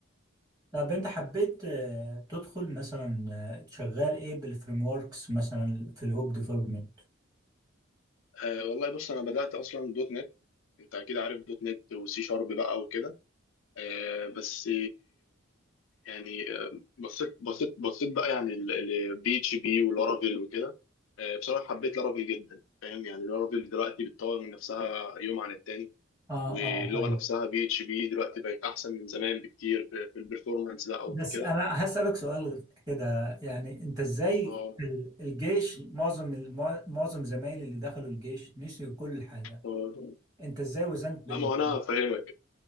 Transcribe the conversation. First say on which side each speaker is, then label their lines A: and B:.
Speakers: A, on the right (about 20°); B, on the left (about 80°).
A: طب انت حبيت آه، تدخل مثلا آه، شغال ايه بالفريم وركس مثلا في الويب ديفلوبمنت
B: آه، والله بص أنا بدأت أصلا دوت نت أنت أكيد عارف دوت نت وسي شارب بقى وكده آه، بس يعني آه، بصيت بصيت بصيت بقى يعني لبي اتش بي ولارافيل وكده آه، بصراحه حبيت لارافيل جدا فاهم يعني لارافيل دلوقتي بتطور من نفسها يوم عن التاني
A: اه
B: واللغه
A: اه فاهم
B: نفسها بي اتش بي دلوقتي بقت احسن من زمان بكتير في في البرفورمانس ده او
A: بس
B: في كده
A: انا هسألك سؤال كده يعني انت ازاي
B: اه
A: ال- الجيش معظم الم- معظم زمايلي اللي دخلوا الجيش نسيوا كل حاجة
B: آه.
A: انت ازاي وزنت بين
B: لا ما هو انا فاهمك